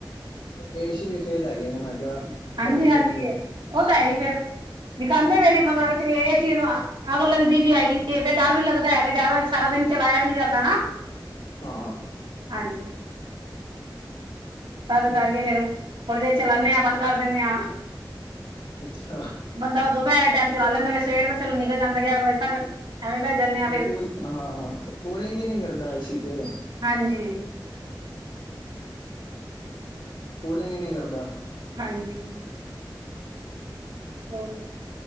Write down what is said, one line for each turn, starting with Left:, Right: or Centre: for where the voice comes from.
Left: ਏਸੀ ਵੀ ਫੇਲ ਹੈਗੇ ਨੇ ਮੈਂ ਕਿਹਾ
Right: ਹਾਂਜੀ-ਹਾਂਜੀ।
Left: ਗਰਮੀ ਇੰਨੀ ਹੈ।
Right: ਉਹ ਤਾਂ ਐ ਈ ਫੇਰ ਦਿਖਾਂਦੇ ਪਏ ਨੇ ਖ਼ਬਰਾਂ ਵਿੱਚ ਵੀ ਏਸ ਚੀਜ਼ ਨੂੰ ਅ ਅੱਗ ਲੱਗਦੀ ਨੀ ਹੈਗੀ। ਤੇ ਫਿਰ ਡਰ ਵੀ ਲੱਗਦਾ ਹੈਗਾ ਜ਼ਿਆਦਾ ਸਾਰਾ ਦਿਨ ਚਲਾਇਆ ਵੀ ਨੀ ਜਾਂਦਾ ਨਾ।
Left: ਹਾਂ,
Right: ਹਾਂਜੀ। ਤਦ ਕਰਕੇ ਫੇਰ ਥੋੜ੍ਹੀ ਦੇਰ ਚਲਾਣੇ ਆ ਬੰਦ ਕਰ ਦਿਨੇ ਆ।
Left: ਅੱਛਾ।
Right: ਬੰਦਾ ਥੋੜਾ ਜਾ ਟੈਮ ਚਲਾ ਲੈਂਦਾ ਮੈਂ ਸਵੇਰ ਤਾਂ ਚਲੋ ਨਿਕਲ ਜਾਂਦਾ <unintelligible> ਜਾਂਨੇ ਆ ਫੇਰ।
Left: ਕੂਲ ਹਾਂ ਕੂਲਿੰਗ ਈ ਨੀ ਕਰਦਾ ਏ ਸੀ ਤੇ
Right: ਹਾਂਜੀ।
Left: ਕੂਲਿੰਗ ਈ ਨੀ ਕਰਦਾ।
Right: ਹਾਂਜੀ ਹੋਰ।